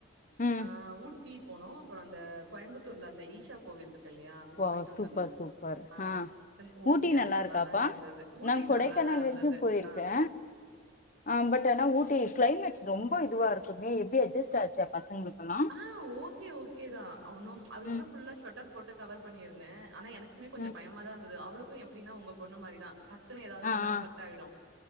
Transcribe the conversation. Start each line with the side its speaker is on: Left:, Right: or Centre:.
Left: ம்
Right: ஆ ஊட்டி போனோ அப்புறோ வந்து இந்த கோயம்புத்தூர்ல அந்த ஈஷா கோவில் இருக்கு இல்லையா அங்க
Left: ஓ
Right: போயிட்டு வந்திருந்தோம்.
Left: சூப்பர் சூப்பர் ஆ
Right: அது ஓகே.
Left: ஊட்டி
Right: அது
Left: நல்லா இருக்காப்பா
Right: தான் இருந்தது. ஊட்டி
Left: நா கொடைக்கானல்
Right: நல்லா தான் இருந்தது.
Left: வரைக்கும் போயிருக்கே
Right: ஆ.
Left: ஆ பட் ஆனா ஊட்டி கிளைமேட்ஸ் ரொம்ப இதுவா இருக்குமே எப்படி அட்ஜெஸ்ட் ஆச்சு அப் பசங்களுக்குலா
Right: ஆ ஓகே ஓகே தா ஒன்னும் அவளுக்கு
Left: ம்
Right: தா ஃபுல்லா ஷொட்டர் போட்டு கவர் பண்ணியிருந்தே ஆனா எனக்கு க்குமே கொஞ்சம்
Left: ம்
Right: பயமா தா இருந்தது அவளுக்கும் எப்டின்னா உங்க பொண்ணு மாரிதா டக்குனு ஏதாவது ஒன்னுனா
Left: ஆ ஆ
Right: அஃபெக்ட் ஆகிடும்